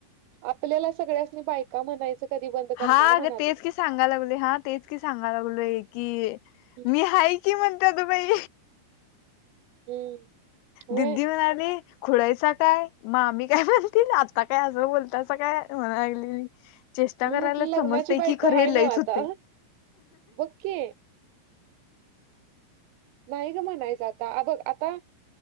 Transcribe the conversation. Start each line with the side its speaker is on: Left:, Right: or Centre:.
Right: आपल्याला सगळ्यासनी बायका म्हणायचं कधी बंद करणार
Left: हा
Right: म्हणालोय.
Left: गं तेच की सांगाय लागलो हा तेच की सांगाय लागलोय की
Right: हम्म
Left: मी हाय की म्हणतं गं बाई
Right: हम्म. व्हय
Left: दिदी म्हणाली खुळायचा काय म आम्ही काय बोलतील आता काय असं बोलताच काय म्हणायली मी. चेष्टा
Right: मी
Left: करायलाच
Right: म्हटलं
Left: समजते
Right: लग्नाची बायको
Left: की खरे
Right: हाय
Left: लईच
Right: नव्ह आता
Left: होते.
Right: बघ की नाही गं म्हणायचा आता आ बघ आता